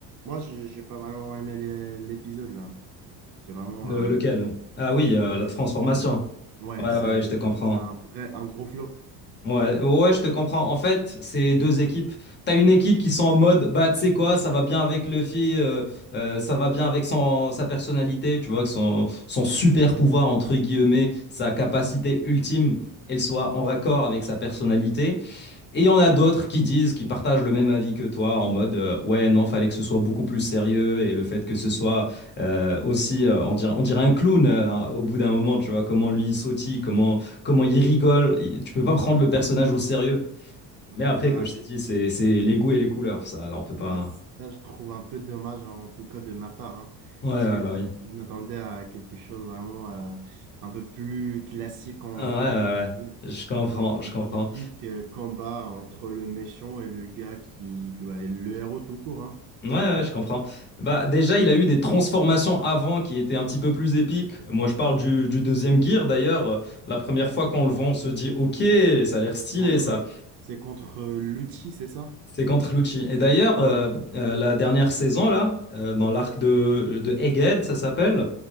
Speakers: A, on the right; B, on the left.
A: Moi, j'ai j'ai pas vraiment aimé les- l'épisode, là. C'est vraiment...
B: Le- lequel?
A: euh,
B: Ah oui,
A: bah,
B: euh, la transformation.
A: c'est de la- Ouais,
B: Ouais,
A: c'est,
B: ouais, ouais, je te
A: je
B: comprends.
A: trouve que c'est un vrai, un gros flop.
B: Ouais, ouais, je te comprends. En fait, c'est deux équipes. T'as une équipe qui sont en mode, bah, tu sais quoi, ça va bien avec Luffy, euh, euh, ça va bien avec son, sa personnalité, tu vois, que son, son super pouvoir, entre guillemets, sa capacité ultime, elle soit en raccord avec sa personnalité. Et il y en a d'autres qui disent, qui partagent le même avis que toi, en mode euh, ouais non, fallait que ce soit beaucoup plus sérieux et le fait que ce soit euh, aussi, euh, on dirait, on dirait un clown euh, au bout d'un moment, tu vois comment lui il sautille, comment comment il rigole, Il- tu peux pas prendre le personnage au sérieux. Mais après,
A: Bah,
B: comme je t'ai dit, c'est c'est les goûts et les couleurs, ça, on peut pas.
A: Bah, ça, je trouve un peu dommage, hein, en tout cas de ma part, hein,
B: Ouais
A: parce
B: ouais
A: que
B: bah
A: je,
B: oui.
A: je m'attendais à quelque chose vraiment euh, un peu plus classique, en,
B: Ah,
A: comme on peut
B: ouais ouais
A: dire,
B: ouais. Je comprends,
A: non, plus
B: je comprends.
A: typique euh, combat entre le méchant et le gars qui bah, est le héros tout court. hein.
B: Ouais, ouais, je comprends. Bah, déjà, il a eu des transformations avant qui étaient un petit peu plus épiques. Moi, je parle du, du deuxième gear d'ailleurs. Euh, La première fois qu'on le voit, on se dit, ok, ça a l'air stylé
A: Contre,
B: ça.
A: c'est contre euh, Luchi, c'est ça?
B: C'est contre Lucci. Et d'ailleurs,
A: Ah
B: euh,
A: ouais.
B: euh, la dernière saison là, euh, dans l'arc de, de Egghead, ça s'appelle,